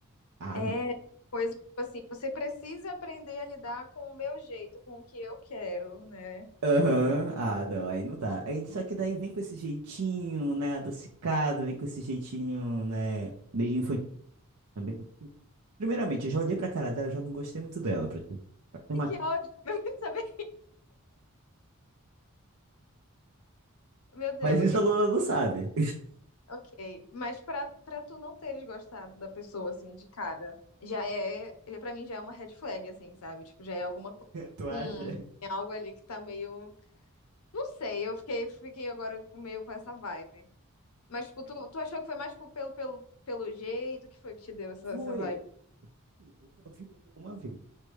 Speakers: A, on the right; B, on the left.
A: Ah,
B: é
A: não.
B: coisa, tipo assim, você precisa aprender a lidar com o meu jeito, com o que eu quero, né?
A: Aham, Ah, não, aí não dá. Aí, só que daí vem com esse jeitinho, né, adocicado, vem com esse jeitinho, né, meio infantil também. Primeiramente, eu já olhei pra cara dela, já não gostei muito dela. pra te- Tem
B: E
A: uma
B: que
A: cara-
B: ódio, <laughs> saber. Meu Deus,
A: Mas isso
B: ok.
A: a Luna não sabe.
B: Ok, mas pra, pra tu não teres gostado da pessoa, assim, de cara, já é, já- pra mim já é uma red flag, assim, sabe? Tipo, já é alguma coisa,
A: <laughs> Tu acha?
B: hum, tem algo ali que tá meio, não sei, eu fiquei, fiquei agora meio com essa vibe. Mas, tipo, tu, tu achou que foi mais, tipo, pelo, pelo, pelo jeito que foi que te deu essa,
A: Foi.
B: essa vibe?
A: assim, Eu só vi ela uma vez.